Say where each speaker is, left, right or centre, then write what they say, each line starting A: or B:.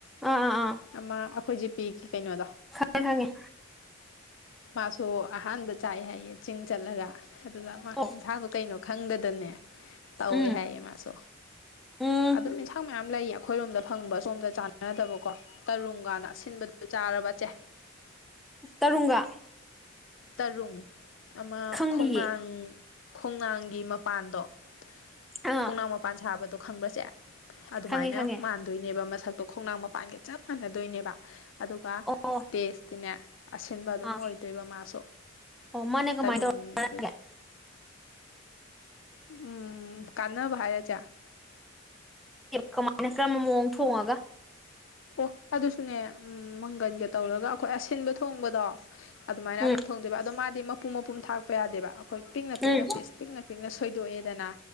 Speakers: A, in the centre; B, on the left.
A: ꯑꯥ ꯑꯥ ꯑꯥ
B: ꯑꯃꯃ ꯑꯩꯈꯣꯏ ꯖꯤꯄꯦꯒꯤ ꯀꯩꯅꯣꯗꯣ
A: ꯈꯪꯉꯦ ꯈꯪꯉꯦ
B: ꯃꯥꯁꯨ ꯑꯍꯥꯟꯕ ꯆꯥꯏ ꯍꯥꯏꯌꯦ ꯆꯤꯡ ꯆꯠꯂꯒ ꯑꯗꯨꯗ ꯃꯥ
A: ꯑꯣ
B: ꯌꯦꯟꯁꯥꯡꯗꯣ ꯀꯩꯅꯣ ꯈꯪꯗꯗꯅꯦ ꯇꯧꯋꯦ
A: ꯎꯝ
B: ꯍꯥꯏꯌꯦ ꯃꯥꯁꯨ
A: ꯎꯝ
B: ꯑꯗꯨꯝ ꯑꯦꯟꯁꯥꯡ ꯃꯌꯥꯝ ꯂꯩ ꯑꯩꯈꯣꯏꯔꯣꯝꯗ ꯐꯪꯕ ꯁꯣꯝꯗ ꯆꯥꯟꯅꯗꯕꯀꯣ ꯇꯔꯨꯡ ꯀꯥꯟꯅ ꯁꯤꯟꯕ ꯆꯥꯔꯕ ꯆꯦ
A: ꯇꯔꯨꯡꯒꯥ
B: ꯇꯔꯨꯡ ꯑꯃ
A: ꯈꯪꯗꯤꯌꯦ
B: ꯈꯣꯡꯅꯥꯡ ꯈꯣꯡꯅꯥꯡ ꯒꯤ ꯃꯄꯥꯟꯗꯣ
A: ꯑꯥ
B: ꯈꯣꯡꯅꯥꯡ ꯃꯄꯥꯟ ꯁꯥꯕꯗꯣ ꯈꯪꯕ꯭ꯔꯥ ꯆꯦ ꯑꯗꯨꯃꯥꯏꯅ
A: ꯈꯪꯉꯦ ꯈꯪꯉꯦ
B: ꯃꯥꯟꯗꯣꯏꯅꯦꯕ ꯃꯁꯛ ꯗꯣ ꯈꯣꯡꯅꯥꯡ ꯃꯄꯥꯟꯒ ꯆꯞ ꯃꯥꯟꯅꯗꯣꯏꯅꯦꯕ ꯑꯗꯨꯒ
A: ꯑꯣ
B: ꯇꯦꯁꯇꯤꯅꯦ ꯑꯁꯤꯟꯕ ꯑꯗꯨꯝ
A: ꯑꯥ
B: ꯑꯣꯏꯗꯣꯏꯕ ꯃꯥꯁꯨ
A: ꯑꯣ ꯃꯥꯅꯥ ꯀꯃꯥꯏ
B: ꯇꯔꯨꯡꯗꯨ
A: ꯇꯧꯒꯦ
B: ꯎꯝ ꯀꯥꯟꯅꯕ ꯍꯥꯢꯔꯥ ꯆꯦ
A: ꯀꯃꯥꯏꯅ ꯀꯔꯝꯕ ꯃꯑꯣꯡ ꯊꯣꯡꯉꯥꯒ
B: ꯑꯣ ꯑꯗꯨꯁꯨꯅꯦ ꯎꯝ ꯃꯪꯒꯟꯒ ꯇꯧꯔꯒ ꯑꯩꯈꯣꯏ ꯑꯁꯤꯟꯕ ꯊꯣꯡꯕꯗꯣ ꯑꯗꯨꯃꯥꯏꯅ
A: ꯎꯝ
B: ꯑꯗꯨꯝ ꯊꯣꯡꯗꯣꯏꯕ ꯑꯗꯣ ꯃꯥꯗꯤ ꯃꯄꯨꯝ ꯃꯄꯨꯝ ꯊꯥꯛꯄ ꯌꯥꯗꯦꯕ ꯑꯩꯈꯣꯏ ꯄꯤꯛꯅ
A: ꯎꯝ
B: ꯄꯤꯛꯅ ꯄꯤ꯭ꯁ ꯄꯤꯛꯅ ꯄꯤꯛꯅ ꯁꯣꯏꯗꯣꯛꯑꯦꯗꯅ